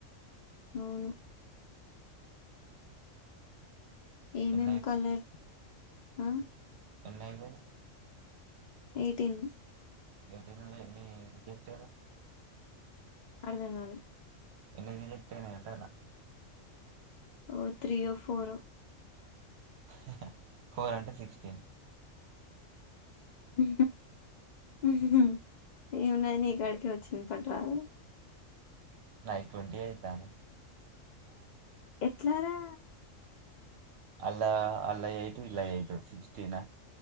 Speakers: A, on the left; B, on the right.
A: అవును ఏమేమ్
B: ఎన్ని అయిపోయి
A: కలర్ ఆ
B: ఎన్నయిపోయినయి
A: ఎయిటీన్
B: ఏటి ఎ ఏంటి <unintelligible>
A: అర్ధం కాలే
B: ఎ ఇనే ఏంటనా <unintelligible>
A: ఓ త్రీయొ ఫోరో
B: హ్ హ్ ఫోర్ అంటే సిక్స్టీన్
A: హ్ హ్హ్హ్ ఏమున్నది నీ కాడికే వచ్చింది పట్రాదు
B: నాయి ట్వంటీ అయితానాయి
A: ఎట్లారా
B: అలా ఆలయి ఎయిట్ ఈలయి ఎయిట్ సిక్స్టీనా